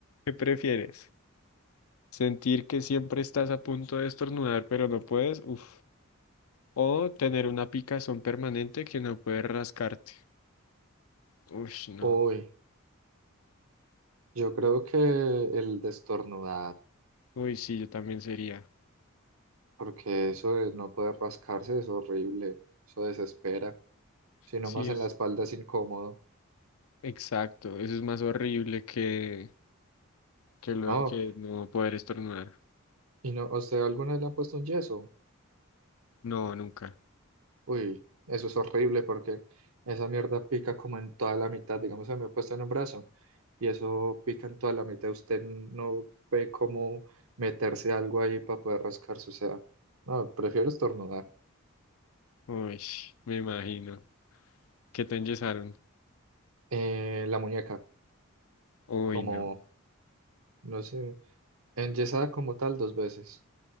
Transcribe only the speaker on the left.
¿qué prefieres? ¿Sentir que siempre estás a punto de estornudar pero no puedes? Uf. ¿O tener una picazón permanente que no puedes rascarte? Uy, no.
Uy, sí, yo también sería.
Sí,
es
exacto. Eso es más horrible que, que, lo,
que no poder estornudar.
No, nunca.
Uy, me imagino. ¿Qué te enyesaron?
Uy,
no.